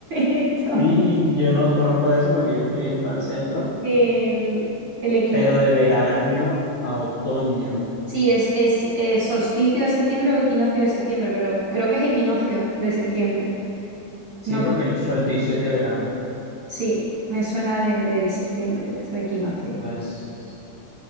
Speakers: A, on the right; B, on the left.
A: esto.
B: Y yo no conozco eso porque yo estoy en todo el centro,
A: El, el equino...
B: pero de verano a otoño.
A: Sí, es, es, eh, solsticio de septiembre o equinoccio de septiembre, pero creo que es equinoccio de septiembre.
B: Sí,
A: No,
B: porque
A: cre-
B: el solsticio es de verano.
A: sí, me suena de, de septiembre, esto equinoccio.
B: Entonces.